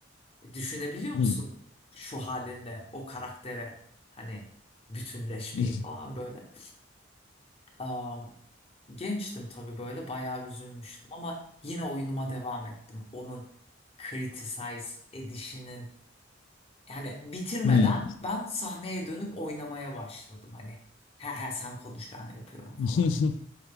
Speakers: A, on the left; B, on the left.
A: E, Düşünebiliyor musun
B: hı,
A: şu halinle o karaktere hani bütünleşmeyi
B: hı
A: falan böyle. Am, gençtim tabii böyle bayağı üzülmüştüm ama yine oyunuma devam ettim. Onun criticize edişinin yani bitirmeden
B: <laughs>
A: ben sahneye dönüp oynamaya başladım hani. He he sen konuş ben yapıyorum falan.
B: <laughs>